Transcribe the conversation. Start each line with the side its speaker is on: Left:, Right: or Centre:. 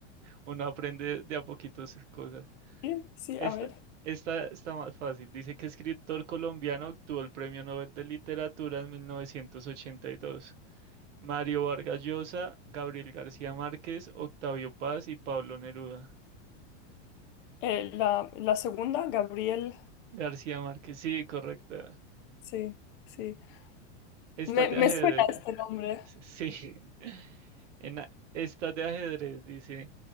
Right: Uno aprende de a poquito sus cosas.
Left: Sí, sí,
Right: Esta,
Left: a ver.
Right: esta está más fácil. Dice que escritor colombiano obtuvo el Premio Nobel de Literatura en 1982. Mario Vargas Llosa, Gabriel García Márquez, Octavio Paz y Pablo Neruda.
Left: Eh, la, la segunda, Gabriel,
Right: García Márquez, sí, correcto.
Left: sí, sí.
Right: Estás
Left: Me,
Right: de
Left: me
Right: ajedrez.
Left: suena este nombre.
Right: Sí. <laughs> En a- estás de ajedrez, dice.